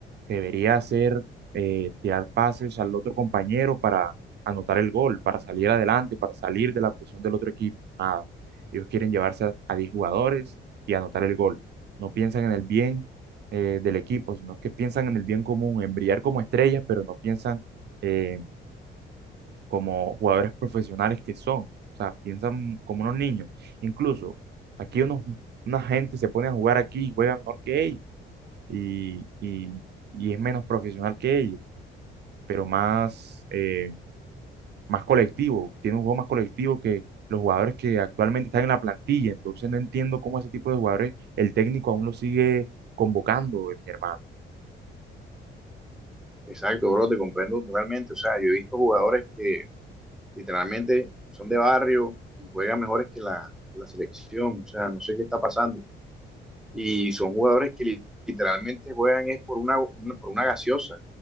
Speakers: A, on the right (about 55°); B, in the centre.
A: debería hacer eh, tirar pases al otro compañero para anotar el gol, para salir adelante, para salir de la presión del otro equipo. Nada. Ellos quieren llevarse a, a 10 jugadores y anotar el gol. No piensan en el bien eh, del equipo, sino que piensan en el bien común, en brillar como estrellas, pero no piensan eh, como jugadores profesionales que son. O sea, piensan como unos niños. Incluso aquí unos, una gente se pone a jugar aquí y juega mejor que ellos y, y- y es menos profesional que ellos, pero más, eh, más colectivo, tiene un juego más colectivo que los jugadores que actualmente están en la plantilla, entonces no entiendo cómo ese tipo de jugadores el técnico aún lo sigue convocando, eh, mi hermano.
B: Exacto, bro, te comprendo totalmente. O sea, yo he visto jugadores que literalmente son de barrio y juegan mejores que la, que la selección. O sea, no sé qué está pasando. Y son jugadores que li- literalmente juegan es por una, una- por una gaseosa.